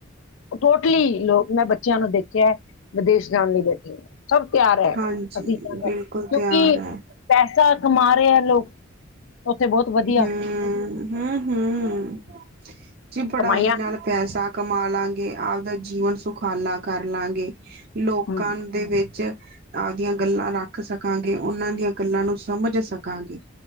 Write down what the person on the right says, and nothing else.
ਹਾਂਜੀ
ਬਿਲਕੁਲ
ਤਿਆਰ ਹੈ
ਹਮ -ਹਮ, ਹਮ ਜੀ ਪੜਾਈ
ਨਾਲ ਪੈਸਾ ਕਮਾ ਲਾਂਗੇ, ਆਪਦਾ ਜੀਵਨ ਸੁਖਾਲਾ ਕਰ ਲਾਂਗੇ। ਲੋਕਾਂ
ਦੇ ਵਿੱਚ ਆਪਦੀਆਂ ਗੱਲਾਂ ਰੱਖ ਸਕਾਂਗੇ, ਉਹਨਾਂ ਦੀਆਂ ਗੱਲਾਂ ਨੂੰ ਸਮਝ ਸਕਾਂਗੇ।